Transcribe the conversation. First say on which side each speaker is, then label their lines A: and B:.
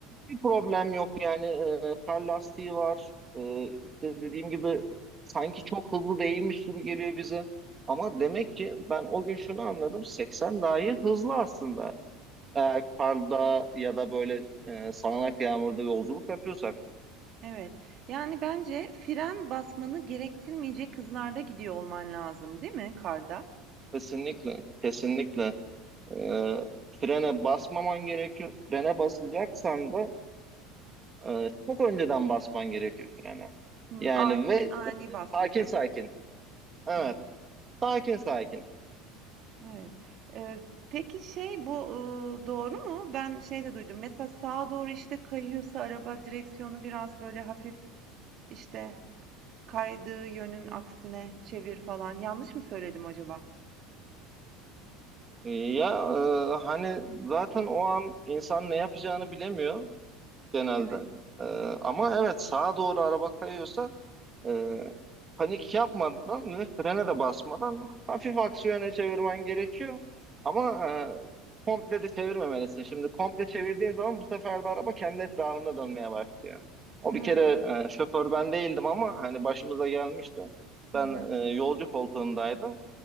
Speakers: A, on the right; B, on the right.
A: bir problem yok yani e, kar lastiği var E, işte dediğim gibi sanki çok hızlı değilmiş gibi geliyor bize ama demek ki ben o gün şunu anladım 80 dahi hızlı aslında eğer karda ya da böyle e, sağanak yağmurda yolculuk yapıyorsak
B: Evet. Yani bence fren basmanı gerektirmeyecek hızlarda gidiyor olman lazım değil mi karda?
A: kesinlikle kesinlikle e, frene basmaman gerekiyor frene basacaksan da e, e, çok önceden basman gerekiyor frene
B: Hı.
A: yani
B: Ani
A: ve
B: ani
A: e,
B: basmayacaksın.
A: sakin sakin evet
B: Hı.
A: sakin sakin
B: Evet. Eee, peki şey bu, ııı, doğru mu? Ben şey de duydum. Mesela sağa doğru işte kayıyorsa araba direksiyonu biraz böyle hafif işte kaydığı yönün aksine çevir falan. Yanlış mı söyledim acaba?
A: Ee, Ya e, hani zaten o an insan ne yapacağını bilemiyor genelde.
B: Evet.
A: E, ama evet sağa doğru araba kayıyorsa e, panik yapmadan ve frene de basmadan hafif aksiyona çevirmen gerekiyor. Ama e, komple de çevirmemelisin. Şimdi komple çevirdiğin zaman bu sefer de araba kendi etrafında dönmeye başlıyor. O
B: Ha.
A: bir kere e, şoför ben değildim ama hani başımıza gelmişti.
B: Hı
A: Ben
B: hı.
A: e, yolcu koltuğundaydım.